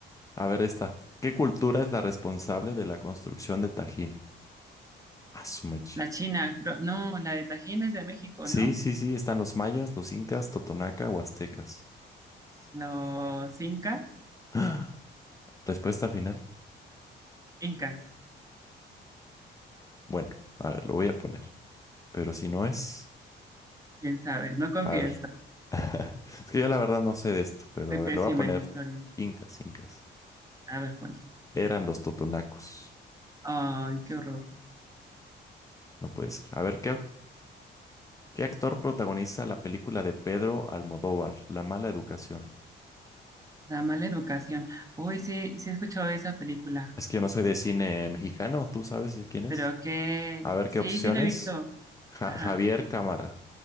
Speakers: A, on the left (about 15°); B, on the right (about 15°).
A: A ver, esta. ¿Qué cultura es la responsable de la construcción de Tajín? Azumech.
B: La China, creo- no, la de Tajín es de México,
A: Sí,
B: ¿no?
A: sí, sí, están los mayas, los incas, totonaca o aztecas.
B: Los incas,
A: <gasps> Respuesta final.
B: incas,
A: Bueno, a ver, lo voy a poner. Pero si no es...
B: quién sabe, no confieso,
A: A ver. <laughs> Es que yo la verdad no sé de esto, pero
B: soy
A: a
B: pésima
A: ver, le voy a poner
B: en historia.
A: incas, incas.
B: A ver, ponle.
A: Eran los totonacos.
B: Ay, qué horror.
A: No puede ser. A ver, ¿qué, qué actor protagoniza la película de Pedro Almodóvar, La mala educación?
B: La mala educación. Uy, sí, sí he escuchado esa película,
A: Es que yo no soy de cine mexicano, ¿tú sabes de quién es?
B: pero que
A: A ver,
B: sí,
A: ¿qué opciones?
B: sí la he visto.
A: Ja-
B: Ajá,
A: Javier Cámara,